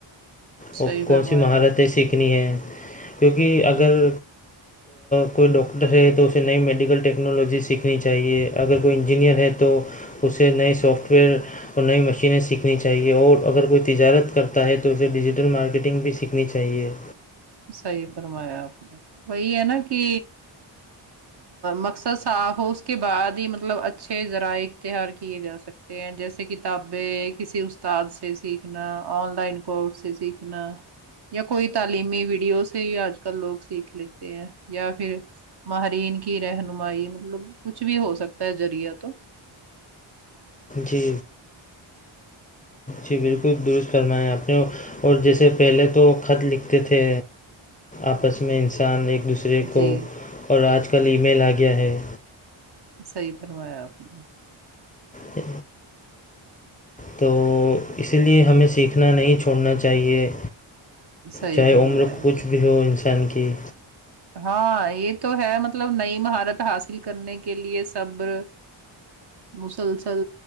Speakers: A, on the right; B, on the left.
A: صحیح
B: اور کون
A: فرمایا
B: سی مہارتیں
A: آپ نے
B: سیکھنی ہیں کیونکہ
A: ہ
B: اگر کوئی ڈاکٹر ہے تو اسے نئی میڈیکل ٹیکنالوجی سیکھنی چاہیے اگر کوئی انجینئر ہے تو اسے نئے سافٹ ویئر اور نئی مشینیں سیکھنی چاہیے اور اگر کوئی تجارت کرتا ہے تو اسے ڈیجیٹل مارکیٹنگ بھی سیکھ رنی چاہیے
A: صحی فرمایا آپ نے وہی ہے نا کہ مقصد صاف ہو اس کے بعد ہی مطلب اچھے ذرائع اختیہار کیے جا سکتے ہیں جیسے کتابیں کسی استاد سے سیکھنا آن لائن کورس سے سیکھنا یا کوئی تعلیمی ویڈیو سے ہی آج کل لوگ سیکھ لیتے ہیں یا پھر ماہرین کی رہنمائی مطلب کچھ بھی ہو سکتا ہے ذریعہ تو
B: جی جی بالکل درست فرمائیں آپ نے اور جیسے پہلے تو خط لکھتے تھے آپس میں انسان ایک دوسرے رے کو
A: جی
B: اور آج کل ای میل آ گیا ہے
A: صحیح پروایا آپ نے
B: ج تو اسی لیے ہمیں سیکھنا نہیں چھوڑنا چاہیے
A: صحیح
B: چاہے
A: فرمایا
B: عمر
A: آپ
B: کچھ بھی ہو انسان کی
A: ہاں یہ تو ہے مطلب نئی مہارت حاصل کرنے کے لیے صبر مسلسل